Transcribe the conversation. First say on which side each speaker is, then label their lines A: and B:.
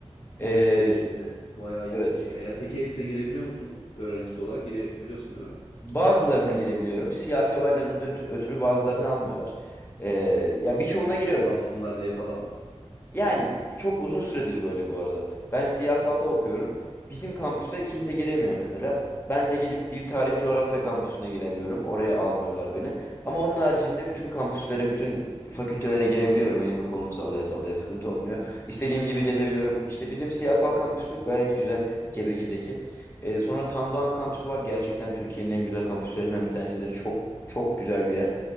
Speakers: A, on the left; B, on the left.
A: Ankara
B: Ee,
A: içinde bayağı
B: evet.
A: iyiymiş ya. Yani peki hepsine girebiliyor musun? Öğrencisi olarak girebiliyorsun değil mi?
B: Bazılarına girebiliyorum. Siyasi olaylardan ötürü bazılarını almıyorlar. Ee, ya
A: Ee,
B: birçoğuna giriyorum.
A: toplanmasınlar diye falan mı?
B: Yani çok uzun süredir böyle bu arada. Ben siyasalda okuyorum. Bizim kampüse kimse giremiyor mesela. Ben de gidip Dil Tarih Coğrafya kampüsüne giremiyorum. Oraya almıyorlar beni. Ama onun haricinde bütün kampüslere, bütün fakültelere girebiliyorum. Elimi kolumu sallaya sallaya sıkıntı olmuyor. İstediğim gibi gezebiliyorum. İşte bizim siyasal kampüsü gayet güzel. Cebeci'deki. Ee, sonra Tandoğan kampüsü var. Gerçekten Türkiye'nin en güzel kampüslerinden bir tanesidir. Çok çok güzel bir yer.